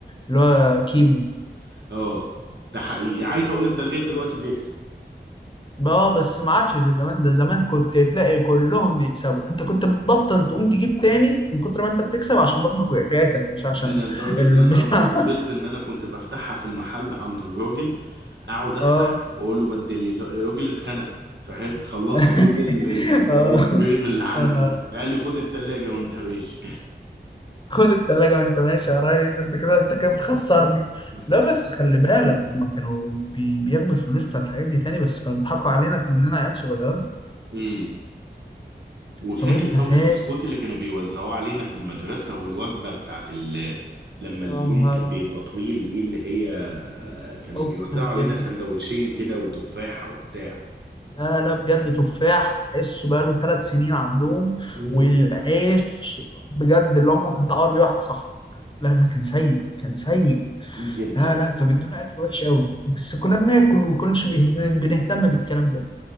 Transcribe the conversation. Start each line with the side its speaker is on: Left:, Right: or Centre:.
Left: اللي هو كيمو
Right: <laughs> اه ده حقيقي عايز اقول لك ده لغاية دلوقتي بيكسب
Left: اه بس ما عادش زي زمان ده زمان كنت تلاقي كلهم بيكسبوا انت كنت بتبطل تقوم تجيب تاني من كتر ما انت بتكسب عشان بطنك وجعتك مش عشان
Right: انا لدرجه
Left: البتاع
Right: ان انا وصلت ان انا كنت بفتحها في المحل عند الراجل اقعد
Left: <laughs>
Right: افتح
Left: اه
Right: واقول له بدل ال- الراجل اتخنق فاهم خلصت
Left: <laughs>
Right: كل ال- ال-
Left: اه
Right: الايس كريم اللي عنده
Left: يا نهار أبيض.
Right: قال لي خد التلاجة وانت ماشي
Left: خد التلاجة وانت ماشي يا ريس انت كده انت كده بتخسرني
Right: <laughs>
Left: لا بس خلي بالك هما كانوا بي... بياخدوا الفلوس بتاعت الحاجات دي تاني بس كانوا بيضحكوا علينا مننا عيال صغيرة
Right: امم وفاكر
Left: طب انت
Right: طب
Left: فاكر
Right: البسكوت اللي كانوا بيوزعوه علينا في المدرسه والوجبه بتاعت ال... لما اليوم
Left: يا نهار
Right: كان بيبقى
Left: أبيض،
Right: طويل دي اللي هي آه، كانوا
Left: اقسم
Right: بيوزعوا علينا
Left: بالله
Right: سندوتشين كده وتفاحه وبتاع
Left: لا لا بجد تفاح تحسه بقاله ثلاث سنين عندهم
Right: امم
Left: والعيش بجد اللي هو ممكن تعور بيه واحد صاحبك لا لا كان سيء كان سيء
Right: جدا
Left: لا لا كان بيدونا اكل وحش قوي بس كنا بناكل وكناش بيه- بنهتم بالكلام ده